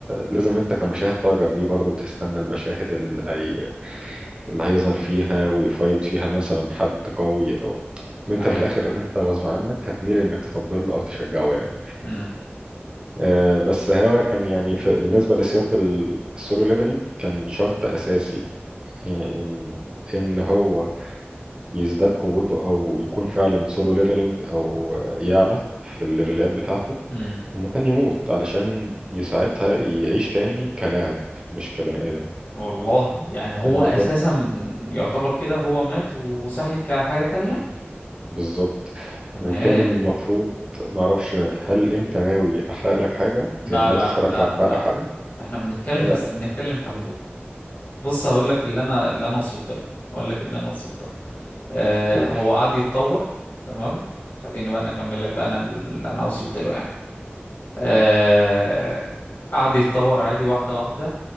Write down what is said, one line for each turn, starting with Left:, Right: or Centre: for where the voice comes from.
Right: لازم أنت كمشاهد تعجب بيه برضه وتستنى المشاهد اللي هي اللي هيظهر فيها ويفايت فيها مثلا حد قوي او انت
Left: اهي
Right: في الاخر انت غصب عنك هتميل انك تطبل له او تشجعه يعني
Left: امم
Right: آه، بس هو كان يعني في بالنسبه لسياق ال- السولو ليفلينج كان شرط اساسي يعني ان ان هو يزداد قوته او يكون فعلا سولو ليفلينج او آه، يعلى في الليفلات بتاعته
Left: امم
Right: انه كان يموت علشان يساعدها يعيش تاني كلاعب مش كبني ادم
Left: والله يعني هو
Right: لان
Left: اساسا يعتبر كده هو مات وصحي كحاجة تانية
Right: بالظبط
Left: تمام
Right: وكان المفروض معرفش هل انت ناوي احرق لك حاجه
Left: لا
Right: يعني ناوي
Left: لا
Right: تتفرج
Left: لا
Right: فاحرق
Left: لا
Right: لك حاجه
Left: احنا بنتكلم
Right: <laughs> آه،
Left: بس بنتكلم في حدود بص هقول لك اللي انا اللي انا وصلت له هقول لك اللي انا وصلت له آه
Right: قول
Left: هو قعد يتطور تمام خليني بقى انا اكمل لك بقى انا اللي انا وصلت له يعني آه، قعد يتطور عادي واحدة واحدة